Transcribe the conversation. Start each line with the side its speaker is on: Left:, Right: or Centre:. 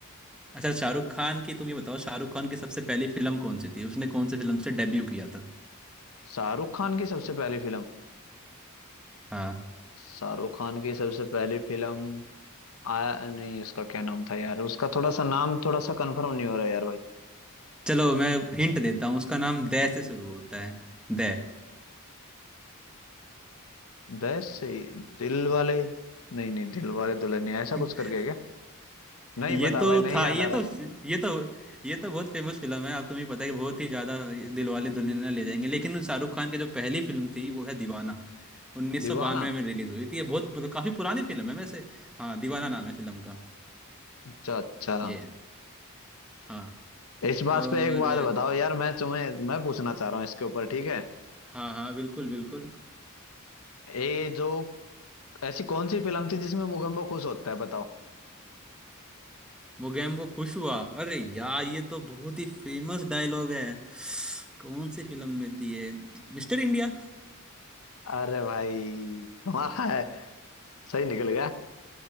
Centre: अच्छा शाहरुख खान की तुम ये बताओ शाहरुख खान की सबसे पहली फिल्म कौन सी थी उसने कौन से फिल्म से डेब्यू किया था
Left: शाहरुख खान की सबसे पहली फिल्म
Centre: हाँ
Left: शाहरुख खान की सबसे पहली फिल्म आया नहीं उसका क्या नाम था यार उसका थोड़ा सा नाम थोड़ा सा कंफर्म नहीं हो रहा यार भाई
Centre: चलो मैं हिंट देता हूँ उसका नाम दय से शुरू होता है दय
Left: दस से ही- दिल वाले नहीं नहीं दिल वाले दुल्हनिया ऐसा
Centre: <laughs>
Left: कुछ करके है क्या नहीं
Centre: ये
Left: पता
Centre: तो
Left: भाई नहीं
Centre: था
Left: याद
Centre: ये
Left: आ रहा
Centre: तो ये तो ये तो बहुत फेमस फिल्म है आप तुम्हें पता है कि बहुत ही ज्यादा दिलवाले दुल्हनिया ले जाएंगे लेकिन शाहरुख खान की जो पहली फिल्म थी वो है दीवाना 1992
Left: दीवाना
Centre: में रिलीज हुई थी ये बहुत मतलब काफी पुरानी फिल्म है वैसे हाँ दीवाना नाम है फिल्म का
Left: अच्छा अच्छा
Centre: ये है हाँ
Left: इस बात
Centre: और
Left: पे एक बात बताओ यार मैं तुम्हें मैं पूछना चाह रहा हूँ इसके ऊपर ठीक है
Centre: हाँ हाँ बिल्कुल बिल्कुल
Left: ये जो ऐसी कौन सी फिल्म थी जिसमें मुगम्बो खुश होता है बताओ
Centre: मोगैम्बो खुश हुआ अरे यार ये तो बहुत ही फेमस डायलॉग है कौन सी फिल्म में थी ये Mister India
Left: अरे भाई तुम्हारा है सही निकल गया